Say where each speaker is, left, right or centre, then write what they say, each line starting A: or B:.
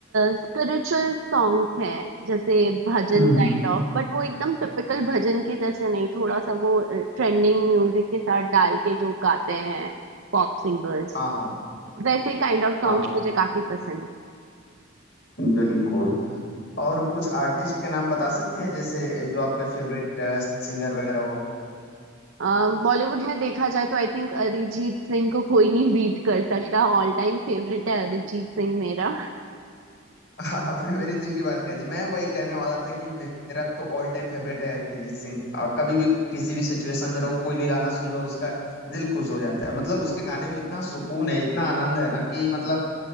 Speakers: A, on the right; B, on the left.
A: स्पिरिचुअल सॉन्ग्स हैं जैसे भजन
B: हम्म हम्म।
A: काइंड ऑफ बट वो एकदम टिपिकल भजन के जैसे नहीं थोड़ा सा वो ट्रेंडिंग म्यूजिक के साथ डाल के जो गाते हैं पॉप सिंगर्स
B: हाँ हाँ
A: वैसे काइंड ऑफ सॉन्ग्स
B: हाँ
A: मुझे काफी पसंद
B: बिल्कुल और कुछ आर्टिस्ट के नाम बता सकती हैं जैसे जो आपका फेवरेट सिंगर वगैरह हो
A: है बॉलीवुड में देखा जाए तो आई थिंक अरिजीत सिंह को कोई नहीं बीट कर सकता ऑल टाइम फेवरेट है अरिजीत सिंह मेरा
B: <laughs> आपने मेरे दिल की बात कह दी मैं वही कहने वाला था कि मेरा तो ऑल टाइम फेवरेट है अरिजीत सिंह अ, कभी भी किसी भी सिचुएशन में रहो कोई भी गाना सुन लो उसका दिल खुश हो जाता है मतलब उसके गाने में इतना सुकून है इतना आनंद है ना कि मतलब